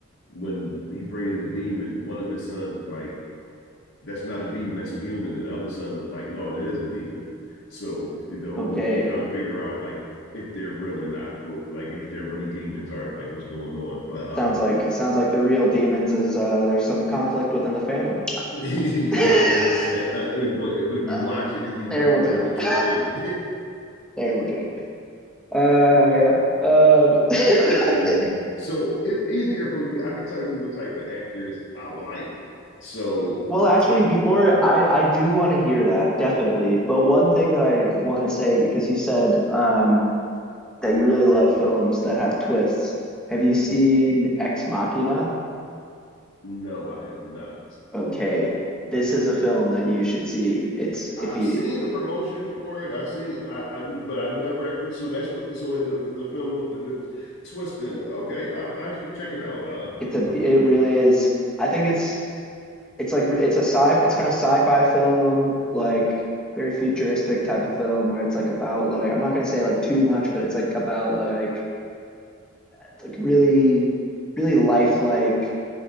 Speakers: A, on the left; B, in the centre.
A: when he bring in the demon, one of his sons is like, that's not a demon, that's a human. And the other son was like, no, there is a demon. So the whole
B: Okay.
A: movie, you try to figure out like if they're real or not, for like if they're really demons or like what's going on. But um,
B: Sounds like sounds like the real demons is uh, there's some conflict within the family.
A: <laughs> yeah,
B: <laughs>
A: uh, uh, but but if you
B: uh,
A: watch it, it's even
B: terrible
A: more
B: joke.
A: than what
B: <laughs>
A: you think.
B: terrible joke. Uh,
A: <laughs>
B: yeah. Um, <laughs> okay.
A: Mm. So it's easier for me. I can tell you what type of actors I like. So
B: Well, actually,
A: top,
B: before I I do want to hear that definitely, but one thing that I want to say because you said um, that you really love films that have twists. Have you seen Ex Machina?
A: no, I have not.
B: Okay, this is a film that you should see. It's
A: I've
B: if you
A: seen the promotion for it. I've seen I, I but I never actually so that's what so it's a the film with a good twist in it. Okay, I'll actually check it out. Uh
B: it's a
A: I've
B: it
A: been
B: really is. I think it's It's like it's a sci it's kind of sci-fi film, like very futuristic type of film where it's like about like I'm not gonna say like too much, but it's like about like it's like really really lifelike